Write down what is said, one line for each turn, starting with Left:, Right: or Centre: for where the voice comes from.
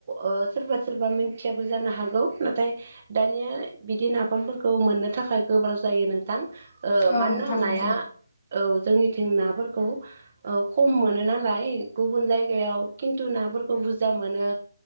Right: ओ सोरबा सोरबा मिथियाबो जानो हागौ नाथाय दानिया बिदि नाफामफोरखौ मोननो थाखाय गोब्राब जायो नोंथां ओ
Left: औ
Right: मानोना
Left: नोंथां
Right: नाया
Left: नंगौ
Right: औ जोंनिथिं नाफोरखौ औ खम मोनो नालाय गुबुन जायगायाव खिनथु नाफोरखौ बुरजा मोनो